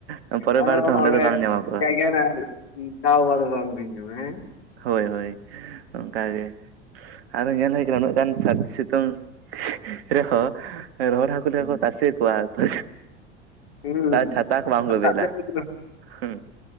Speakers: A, on the right (about 60°); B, on the left (about 60°).
A: ᱦᱮᱸ ᱯᱚᱨᱮ
B: ᱟᱫᱚ
A: ᱵᱟᱨ ᱫᱚ ᱚᱸᱰᱮ ᱫᱚ ᱵᱟᱝ ᱧᱟᱢᱚᱜᱼᱟ᱾
B: ᱡᱟᱭᱜᱟ ᱨᱮᱱᱟᱜ ᱫᱟᱣ ᱟᱫᱚ ᱵᱟᱝ ᱵᱤᱱ ᱧᱟᱢᱟ ᱦᱮᱸ?
A: ᱦᱳᱭ ᱦᱳᱭ ᱚᱝᱠᱟ ᱜᱮ᱾ ᱟᱨᱚ ᱧᱮᱞ ᱦᱩᱭ ᱠᱟᱱᱟ ᱩᱱᱟᱹᱜ ᱜᱟᱱ ᱥᱟᱹᱨᱫᱤ ᱥᱤᱛᱩᱝ ᱨᱮᱦᱚᱸ ᱨᱚᱦᱚᱲ ᱦᱟᱠᱩᱞᱠᱭᱟ
B: ᱦᱮᱸ
A: ᱠᱚ ᱛᱟᱥᱮ ᱠᱚᱣᱟ ᱛᱚ
B: ᱦᱩᱸ
A: ᱛᱟᱣ ᱪᱷᱟᱛᱟ ᱠᱚ ᱵᱟᱢ
B: ᱫᱟᱜ
A: ᱵᱮᱞᱟ
B: ᱡᱟᱹᱯᱩᱫ ᱨᱮ
A: ᱦᱩᱸ